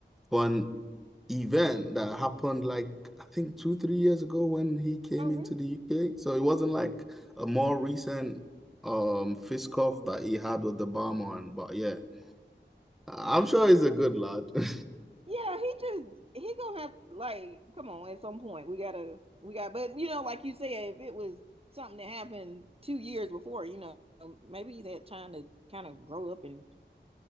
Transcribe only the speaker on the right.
oh
really?
Oh
I
hope
not.
Yeah, he just he gonna have like come on at some point. We gotta we got but you know, like you said, if it was something that happened two years before, you know, maybe he's trying to kind of grow up and